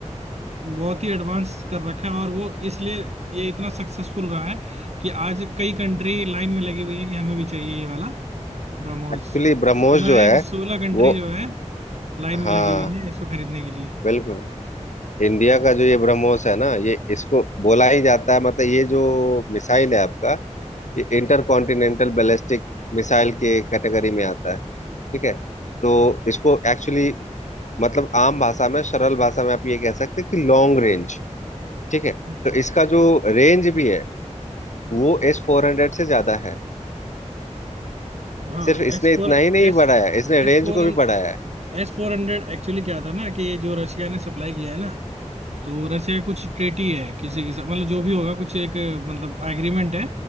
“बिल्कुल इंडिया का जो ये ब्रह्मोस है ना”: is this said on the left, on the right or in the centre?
Left